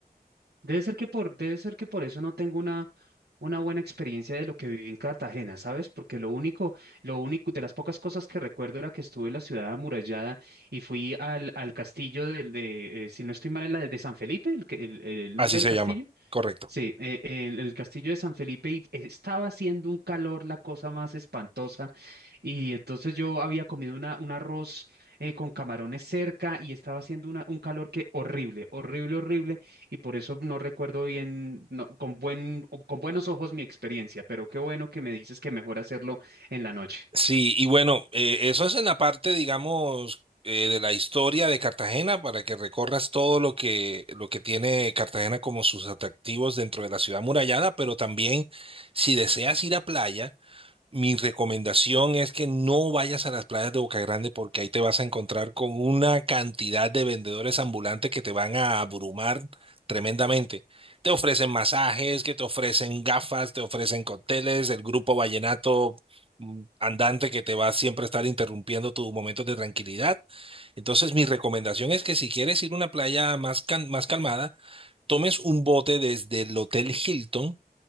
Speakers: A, on the right (about 75°); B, on the right (about 35°).
A: Debe ser que por, debe ser que por eso no tengo una, una buena experiencia de lo que viví en Cartagena, ¿sabes? Porque lo único, lo único, de las pocas cosas que recuerdo era que estuve en la ciudad amurallada y fui al, al castillo del de, eh, si no estoy mal, es la de, de San Felipe, el, que- el, el
B: Así
A: nombre
B: se
A: del castillo.
B: llama, correcto.
A: Sí, eh, el, el castillo de San Felipe y estaba haciendo un calor, la cosa más espantosa. Y entonces yo había comido una, un arroz eh, con camarones cerca y estaba haciendo una- un calor que horrible, horrible, horrible. Y por eso no recuerdo bien, no- con buen, con buenos ojos mi experiencia, pero qué bueno que me dices que mejor hacerlo en la noche.
B: Sí, y bueno, eh, eso es en la parte, digamos, eh, de la historia de Cartagena para que recorras todo lo que, lo que tiene Cartagena como sus atractivos dentro de la ciudad murallada, pero también si deseas ir a playa. Mi recomendación es que no vayas a las playas de Boca Grande porque ahí te vas a encontrar con una cantidad de vendedores ambulantes que te van a abrumar tremendamente. Te ofrecen masajes, que te ofrecen gafas, te ofrecen cócteles, el grupo vallenato mm, andante que te va a siempre estar interrumpiendo tus momentos de tranquilidad. Entonces, mi recomendación es que si quieres ir a una playa más, cal- más calmada, tomes un bote desde el Hotel Hilton